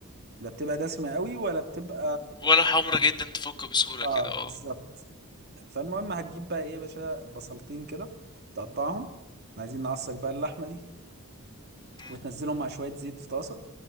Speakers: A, on the right; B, on the left.
A: لا بتبقى دسمة قوي ولا بتبقى
B: ولا حمرا جدا تفك بسهوله
A: اه
B: كده
A: بالظبط
B: اه
A: فالمهم هتجيب بقى ايه يا باشا بصلتين كده تقطعهم احنا عايزين نعصر بقى اللحمه دي
B: مم.
A: وتنزلهم مع شويه زيت في طاسه